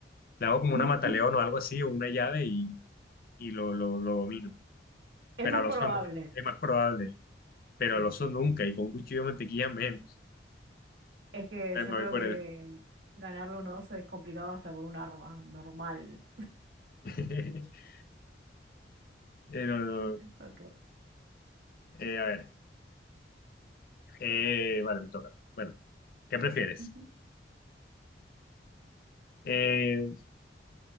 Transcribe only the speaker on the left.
Le hago como
una mataleón o algo así, o una llave y, y lo, lo, lo domino.
Pero
al
oso no, es más probable. ¿eh? Pero
al oso nunca, y con un cuchillo de mantequilla menos.
Eh,
me
voy por
él.
<laughs> Eh, no, no,
eh, a ver. Eh, vale, me toca. Bueno, ¿qué prefieres?
Eh,